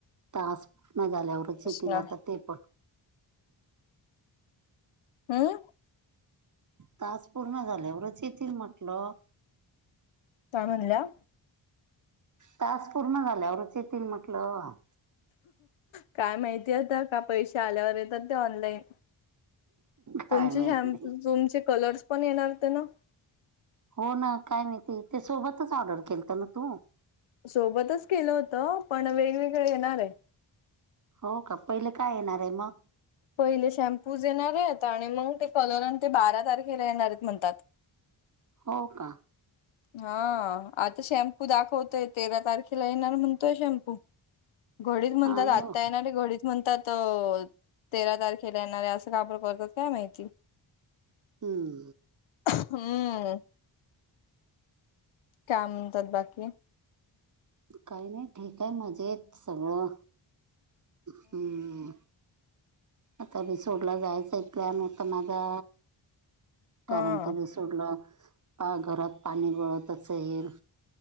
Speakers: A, on the right (about 40°); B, on the left (about 70°).
A: तास पूर्ण झाल्यावरच येतील
B: ना
A: आता ते पण.
B: हा हा.
A: तास पूर्ण झाले वरच येतील म्हटलं.
B: काय म्हणल्या?
A: टास्क पूर्ण झाल्यावरच येतील म्हटलं.
B: काय माहिती आता का पैसे आल्यावर येतात ते ऑनलाईन.
A: काय
B: तुमचे
A: माहिती.
B: शॅम्पू तुमचे कलर्स पण येणार होते ना?
A: हो ना काय माहिती ते सोबतच ऑर्डर केलत ना तु?
B: सोबतच केलं होतं पण वेगवेगळे येणार आहे.
A: हो का पहिले का येणार आहे मग?
B: पहिले शॅम्पूस येणार आहे आता आणि मंग ते कलर आणि ते बारा तारखेला येणारेत म्हणतात.
A: हो का?
B: हा आता शॅम्पू दाखवतोय तेरा तारखेला येणार म्हणतोय शॅम्पू. घडीच म्हणतात
A: हा येऊ
B: आत्ता येणारे घडीच म्हणतात तेरा तारखेला येणारे असं का बर करतात काय माहिती.
A: हम्म.
B: हम्म. काय म्हणतात बाकी?
A: काय नाय ठीक आहे मजेत सगळं हम्म. आता रिसोडला जायचं एक प्लॅन होता माझा
B: हा
A: कारण क रिसो सोडलं काय घरात पाणी गळतच येईल.